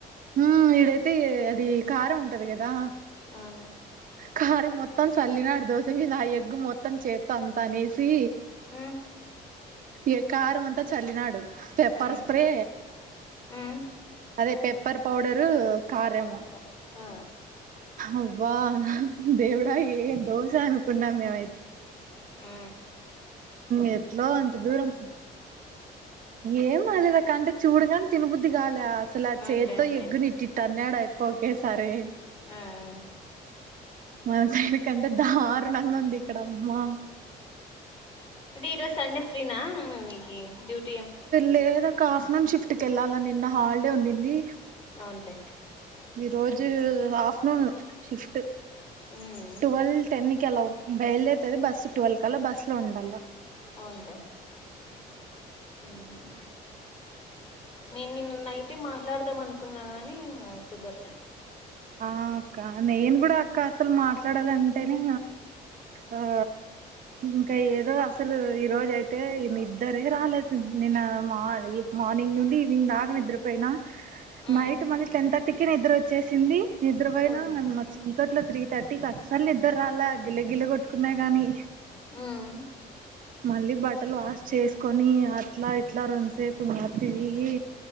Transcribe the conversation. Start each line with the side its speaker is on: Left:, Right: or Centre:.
Right: హ ఇడైతే అది కారం ఉంటది కదా
Left: అవును
Right: కారం మొత్తం మొత్తం చల్లినాడు దోశ మీద ఆ ఎగ్ మొత్తం చేత్త్త అంత అనే సి
Left: ఉమ్
Right: ఏ కారం అంతా చల్లినాడు పేపర్
Left: ఉమ్
Right: స్ప్రే
Left: ఉమ్
Right: అదే ప సప్పర్ పడరు కారము
Left: అవునులే ఆ
Right: అవ్వ దేవ్డాగి దోస అనుకుంటమ్వ
Left: హ
Right: ఎట్లో అంత దూరం ఏం అదల కండ చూడగానే తిినబుద్ది కాల అసలు ఆ
Left: అవునులే
Right: చేతితో
Left: అవునులే
Right: ఎగ్గునిట్టి త అన్నాడు అయిపో ఒకేసారి
Left: ఆ ఆ
Right: మన సైని కంటే దారుణంగా ఉంది ఇక్కడమ్మా
Left: ఇది ఇరోజు సండే ఫ్రీనా మూవికి డ్యూట్
Right: లేదాక్క ఆఫ్టర్నూన్ షిఫ్ట్ తెల్లాల నిన్న హాలిడే ఉండింది
Left: అవునులే
Right: ఈ రోజు హఫటర్నూన్ షిఫట్
Left: ఉమ్
Right: ట్వెల్వ టెన్ కలా బయలే బస్సు వల్ ల బస్ లో ఉండలో
Left: అవునులే ఉమ్ నేను నిన్న నైటే మాట్లాడదాం అనుకున్నా గాని ఇంక కుదరల
Right: ఆ అక్క నేను కూడా అక్క అసలు మాట్లాడాలంటేనే ఆ ఇంకా ఏదో అస అసలు ఈ రోజ అయితే నిద్దరే రాలేదు నిన్న ఈ మార్నింగ్ నుండి ఈవినింగ్ దాక నిద్రపోయినా
Left: ఉమ్
Right: నైట్ మళ్ళ టెన్ థర్టీ క నిద్ర వచ్చే చేసి నిద్రపోయినా
Left: అవునులే
Right: చీకట్లో త్రీ థర్టీ క అస్సలు నిద్ర రాల గిల్ల గిల్ల కొట్టుకున్నాయి కాగాని
Left: ఉమ్
Right: మళ్ళీ బట్టలు వాష్ చేసుకొని అట్లా ఇట్లా రొండుసేపు మాత్త ఇరిగి